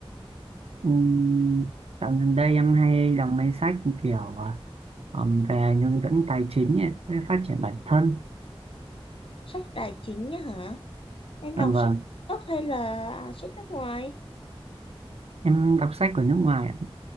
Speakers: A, on the right; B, on the left.
A: Ừm, Dạo gần đây em hay đọc mấy sách kiểu à, ừm, về hướng dẫn tài chính ấy, với phát triển bản thân.
B: Sách tài chính á hả? Em đọc
A: Dạ vâng.
B: sách gốc hay là à, sách nước ngoài?
A: Em đọc sách của nước ngoài, ạ.